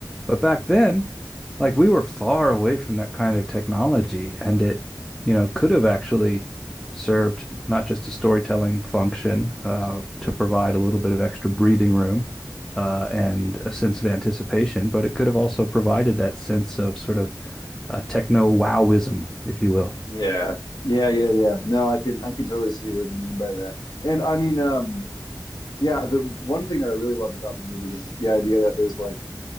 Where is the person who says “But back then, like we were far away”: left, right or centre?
Centre